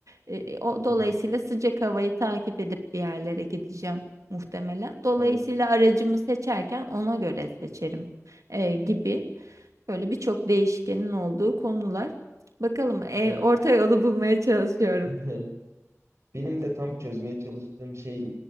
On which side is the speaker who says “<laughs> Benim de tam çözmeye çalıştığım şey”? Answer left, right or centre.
Right